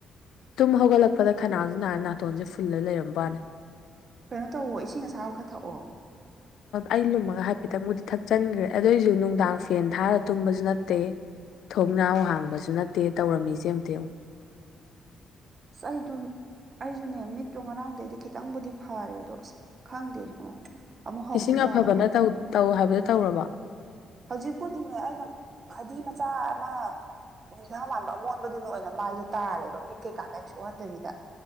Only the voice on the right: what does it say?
ꯀꯩꯅꯣ ꯇꯧꯋ ꯏꯁꯤꯡ ꯑꯁꯥꯕꯒ ꯊꯛꯑꯣ
ꯁ ꯑꯩ ꯑꯗꯨꯝ ꯑꯩꯁꯨꯅꯦ ꯃꯤꯠꯇꯣ ꯉꯔꯥꯡꯗꯩꯗꯤ ꯈꯤꯇꯪꯕꯨꯗꯤ ꯐꯥꯔꯦ ꯑꯗꯣ ꯑꯁ ꯈꯪꯗꯦ ꯑꯃꯨꯛ ꯍꯧꯗꯣꯏꯖꯥꯠꯂ
ꯈꯪꯗꯦ
ꯍꯧꯖꯤꯛꯄꯨꯗꯤꯅꯦ ꯑꯩꯅ ꯐꯗꯤ ꯃꯆꯥ ꯑꯃ ꯅꯤꯡꯊꯥ ꯃꯥꯟꯕ ꯑꯃꯣꯟꯕꯗꯨꯅ ꯑꯣꯏꯅ ꯃꯥꯏꯗꯣ ꯇꯥꯔꯦꯕ ꯃꯤꯠ ꯀꯩꯀꯥꯇ ꯁꯣꯛꯍꯟꯗꯕꯤꯗ